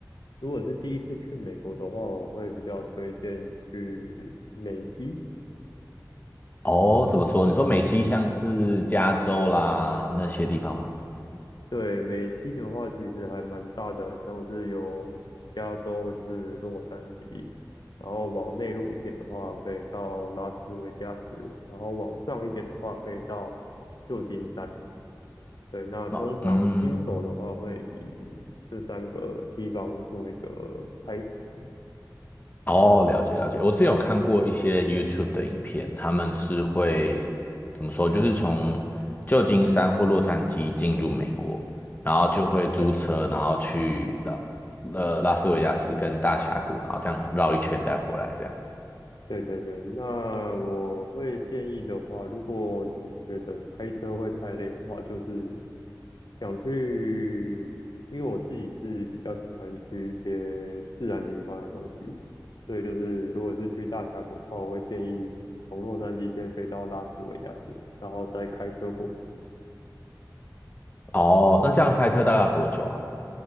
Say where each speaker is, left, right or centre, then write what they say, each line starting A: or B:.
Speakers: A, on the left (about 80°); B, on the left (about 25°).
A: 如果是第一次去美国的话，我会比较推荐去美西。
B: 哦，怎么说？你说美西像是加州啦那些地方吗？
A: 对，美西的话，其实还蛮大的，像是有加州，就是洛杉矶，然后往内陆一点的话，可以到拉斯维加斯，然后往上一点的话，可以到旧金山。对，那通常新手的话会以这三个地方做一个开始这样子。
B: 那、嗯，哦，了解了解。我之前有看过一些 YouTube 的影片，他们是会怎么说？就是从旧金山或洛杉矶进入美国，然后就会租车，
A: 对，
B: 然后去拉呃拉斯维加斯跟大峡谷，然后这样绕一圈再回来这样。
A: 对对对。那我会建议的话，如果你觉得开车会太累的话，就是想去，因为我自己是比较喜欢去一些自然景观的东西，所以就是如果是去大峡谷的话，我会建议从洛杉矶先飞到拉斯维加斯，然后再开车过去。
B: 哦，那这样开车大概要多久啊？